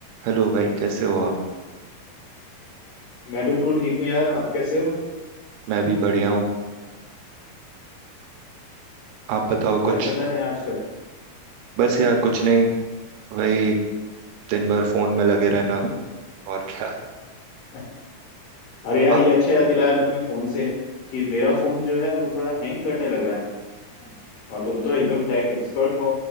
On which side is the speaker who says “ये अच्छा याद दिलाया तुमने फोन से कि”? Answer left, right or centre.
Left